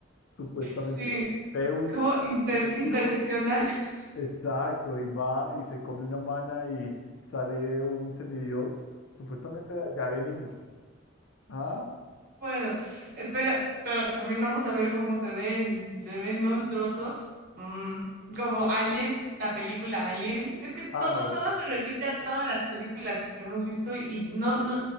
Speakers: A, on the left; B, on the right.
A: Supuestamente,
B: sí,
A: Zeus
B: como inter-
A: es el
B: interseccional.
A: dios.
B: <laughs>
A: Exacto, y va y se come una humana y sale un semidios. Supuestamente de allá venimos. Ah,
B: Bueno, espera, pero también vamos a ver cómo se ven, si se ven monstruosos, mm, como Alien, la película Alien. Es que todo,
A: ah, no,
B: todo se remite a todas las películas que hemos visto y, y no, no,